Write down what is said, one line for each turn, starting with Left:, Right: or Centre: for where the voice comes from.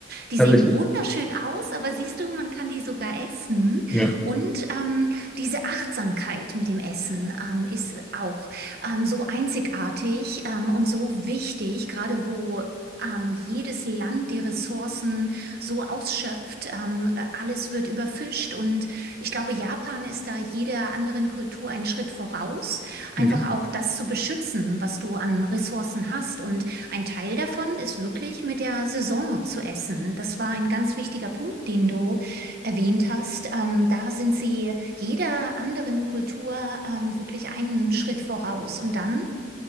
Right: Die
Centre: tatsächlich.
Right: sehen wunderschön aus, aber siehst du, man kann die sogar essen.
Centre: Ja,
Right: Und ähm, diese Achtsamkeit mit dem Essen ähm, ist auch ähm, so einzigartig ähm, und so wichtig, gerade wo ähm, jedes Land die Ressourcen so ausschöpft. Ähm, äh, alles wird überfischt und ich glaube, Japan ist da jeder anderen Kultur einen Schritt voraus, einfach
Centre: mhm.
Right: auch das zu beschützen, was du an Ressourcen hast. Und ein Teil davon ist wirklich mit der Saison zu essen. Das war ein ganz wichtiger Punkt, den du erwähnt hast. Ähm, da sind sie jeder anderen Kultur ähm, wirklich einen Schritt voraus. Und dann?